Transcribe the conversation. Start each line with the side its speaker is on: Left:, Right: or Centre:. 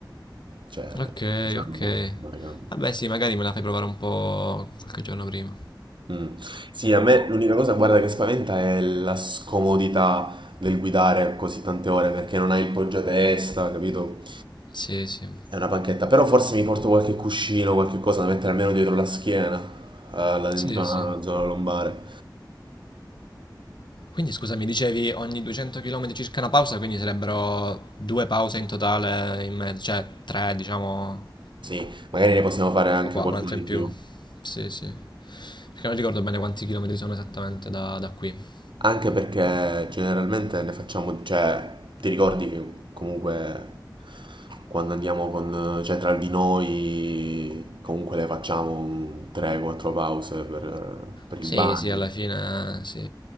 Right: cioè,
Left: Ok,
Right: usarlo
Left: ok.
Right: come telecamera.
Left: Vabbè, sì, magari me la fai provare un po' qualche giorno prima.
Right: Mm. Sì, a me l'unica cosa, guarda, che spaventa è la scomodità del guidare così tante ore perché non hai il poggiatesta, capito?
Left: Sì, sì.
Right: È una panchetta, però forse mi porto qualche cuscino, qualche cosa da mettere almeno dietro la schiena, eh, la in
Left: Sì,
Right: zona,
Left: sì.
Right: zona lombare.
Left: Quindi scusa, mi dicevi ogni 200 km circa una pausa, quindi sarebbero due pause in totale in mezzo, cioè tre, diciamo,
Right: Sì, magari ne possiamo fare anche
Left: o qua,
Right: qualcuno
Left: un'altra
Right: di
Left: in più.
Right: più.
Left: Sì, sì. Perché non ricordo bene quanti chilometri sono esattamente da, da qui.
Right: Anche perché generalmente ne facciamo, cioè, ti ricordi che comunque quando andiamo con, cioè, tra di noi, comunque le facciamo un 3-4 pause per, per
Left: Sì,
Right: il bagno.
Left: sì, alla fine sì.